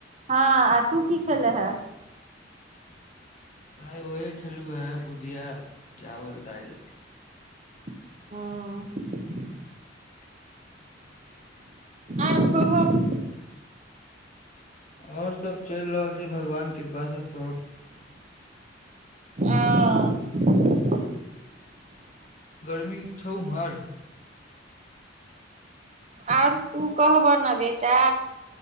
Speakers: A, on the right; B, on the left.
A: हँ आ तू की खेले हैं
B: आइ ओह खेलू या भुजिया चावल दालि
A: हँ
B: <inaudible>
A: आओर कहु
B: आओर सभ चलि रहल छैय भगवान कृपासँ सब
A: आ ओ
B: गरमी छौ ओमहर
A: आओर तू कहब ने बेटा